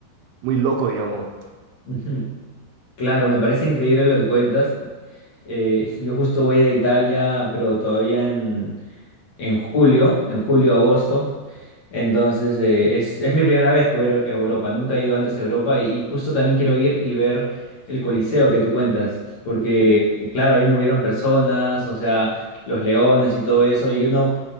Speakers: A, on the right (about 80°); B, on the left (about 45°).
A: muy loco, digamos.
B: Ujú. Claro, me parece increíble lo que cuentas. Eh, yo justo voy a ir a Italia, pero todavía en, en julio, en julio, agosto. Entonces, eh, es, es mi primera vez que voy a ir a Europa. Nunca he ido antes a Europa y, y justo también quiero ir y ver el Coliseo que tú cuentas, porque,
A: Sí,
B: eh, claro, ahí murieron personas, o sea, los leones y todo eso. Y uno,